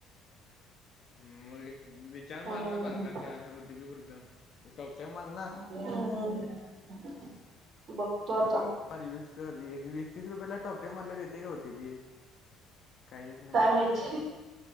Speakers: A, on the left; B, on the right.
A: हम मग रिचार्ज
B: हम्म
A: मारना बारकासा, ओटीपी पुरतं टाॅकटाईम मारना.
B: हम्म हम्म, बघतो आता.
A: यूज कर एक वीस तीस रुपयला टॉकटाईम. ते म्हणाले येते ओ टी पी, काय येत नाही.
B: काय माहित.